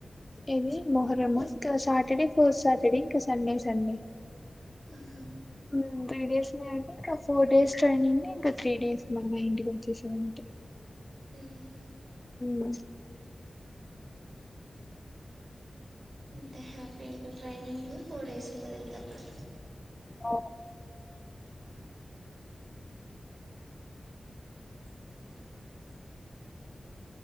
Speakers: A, on the left; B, on the right.
A: ఏది మొహ్రమా ఇంకా సాటర్డే ఫోర్ సాటర్డే ఇంకా సండే సండే
B: ఆహా
A: మ్ త్రీ డేస్నే అంటే ఇంకా ఫోర్ డేస్ ట్రైనింగ్ ఇంకా త్రీ డేస్ మళ్ళ ఇంటికి వచ్చేస్తా అంతే
B: మ్
A: మ్
B: ఎంత హ్యాపీ ఇంకా ట్రైనింగ్ ఫోర్ డేస్ ఉన్నది ఇంకా అప్పుడు
A: ఓ
B: <unintelligible>